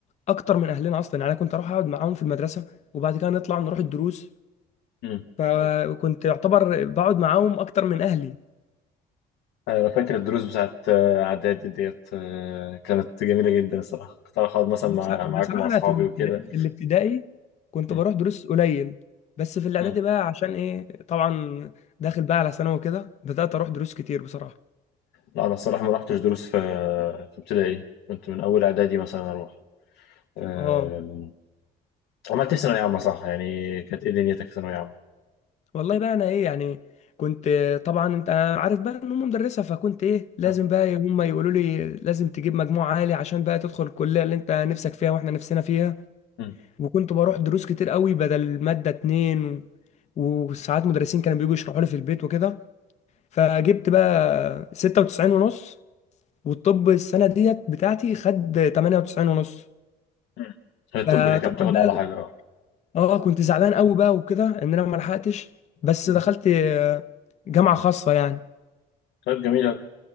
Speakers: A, on the left (about 40°); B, on the left (about 80°).
A: اكتر من اهلنا اصلا يعني انا كنت اروح اقعد معاهم في المدرسه وبعد كده نطلع نروح الدروس
B: مم.
A: فكنت يعتبر بقعد معاهم اكتر من اهلي
B: أيوة، انا فاكر الدروس بتاعت آه، اعدادي ديت آه، كانت جميله جدا الصراحه كنت أروح اقعد مثلا
A: طب
B: مع
A: بص-
B: معاكم
A: بصراحه
B: مع اصحابي
A: انا في الابتدائي
B: وكده
A: في الابتدائي كنت
B: مم.
A: بروح دروس قليل بس في الاعدادي
B: مم.
A: بقى عشان ايه طبعا داخل بقى على ثانوي كده بدات اروح دروس كتير بصراحه
B: لا انا الصراحه ما رحتش دروس في في ابتدائي كنت من اول اعدادي مثلا اروح آم،
A: اه
B: عملت ايه في ثانويه عامه صح يعني كانت ايه دنيتك في ثانويه عامه
A: والله بقى انا ايه يعني كنت طبعا انت عارف بقى ان هم مدرسه فكنت ايه لازم
B: آه،
A: بقى هم يقولوا لي لازم تجيب مجموع عالي عشان بقى تدخل الكليه اللي انت نفسك فيها واحنا نفسنا فيها
B: مم.
A: وكنت بروح دروس كتير قوي بدل مادة اتنين و... وساعات مدرسين كانوا بييجوا يشرحوا لي في البيت وكده فجبت بقى ستة وتسعين ونص والطب السنة ديت بتاعتي خد تمانية وتسعين ونص
B: مم. هي الطب
A: فطبعا
B: كده كده بتاخد
A: بقى
B: على حاجه اه
A: اه كنت زعلان قوي بقى وكده ان انا ما لحقتش بس
B: مم.
A: دخلت آه، جامعة خاصة يعني
B: طيب جميل أوي.